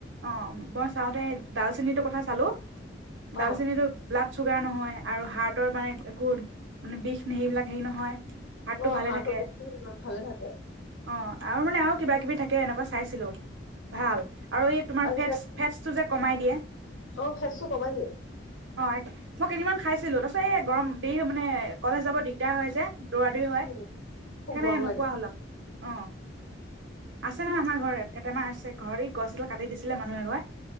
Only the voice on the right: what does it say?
অ' মই চাওঁতে ডালচেনীটোৰ কথা চালো ডালচেনি
টোৰ ব্লাড চুগাৰ নহয় আৰু হাৰ্টৰ মানে একো বিষ নে সেইবিলাক হেৰি নহয়। হাৰ্টটো
ভালে
থাকে
অ' আৰু মানে আৰু কিবা কিবি থাকে এনেকুৱা চাইছিলো ভাল আৰু এই তোমাৰ
ফেট ফেটটো যে কমাই দিয়ে।
অ', মই কেইদিনমান খাইছিলো তাৰ পিছত এ গৰম দেৰি হয় মানে কলেজ যাব দিগদাৰ হয় যে। দৌৰা -দৌৰি হয়
সেইকাৰণে
কোৱা হ <unintelligible> অ। আছে নহয় আমাৰ ঘৰ <unintelligible> এটামাহ আছে ঘৰ এই গছ এডাল কাটি দিছিলে মানুহ এঘৰে